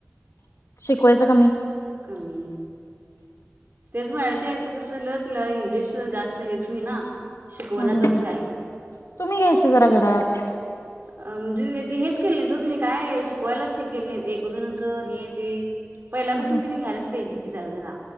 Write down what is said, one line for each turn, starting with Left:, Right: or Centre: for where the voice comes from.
Left: शिकवायचं कमीी
Right: कमी तेच मॅडसा आहेत कस झालं तिला इंग्लिश जास्त हेच हो शिकवच
Left: हम्म हम्म
Right: काय
Left: तुम्ही घ्यायचं जरा घरात
Right: अ म्हणजे हेच केलं नाही त तिने काय शिकवायलाचिक केले एकोण जणच हे ते पहिल्यापासून
Left: हम्म हम्म
Right: तने घ्यायलाच पाहिजे की झालं तर रा